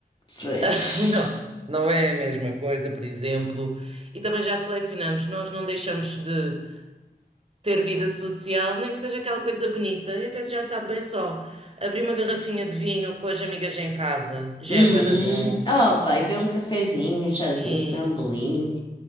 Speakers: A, on the left; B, on the right.
A: Pois.
B: <laughs> Não, não é a mesma coisa, por exemplo. E também já selecionamos, nós não deixamos de ter vida social, nem que seja aquela coisa bonita. E até se já sabe bem só, abrir uma garrafinha de vinho com as amigas em casa já
A: Hum.
B: é bué da bom.
A: Oh, pá, e beber um cafezinho, um chazinho,
B: Sim,
A: comer um bolinho.